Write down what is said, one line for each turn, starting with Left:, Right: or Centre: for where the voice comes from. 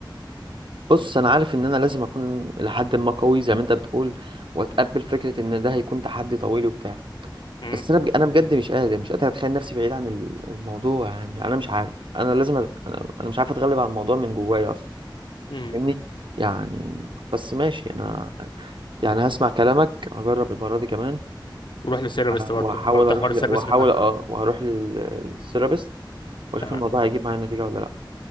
Right: بص انا عارف ان انا لازم اكون لحد ما قوي زي ما انت بتقول واتقبل فكره ان ده هيكون تحدي طويل وبتاع
Left: امم
Right: بس انا بج... انا بجد مش قادر مش قادر اتخيل نفسي بعيد عن ال- الموضوع يعني انا مش عارف انا لازم أ... انا أنا مش عارف اتغلب على الموضوع من جوايا اصلا
Left: امم
Right: فاهمني يعني بس ماشي انا يعني هسمع كلامك هجرب المره دي كمان
Left: وروح للثيرابيست
Right: وهحاول
Left: برضه حط
Right: اروح
Left: حوار الثيرابيست
Right: ل... وهحاول
Left: في دماغك
Right: اه وهروح للثيرابيست واشوف
Left: تمام
Right: الموضوع هيجيب معايا نتيجه ولا لا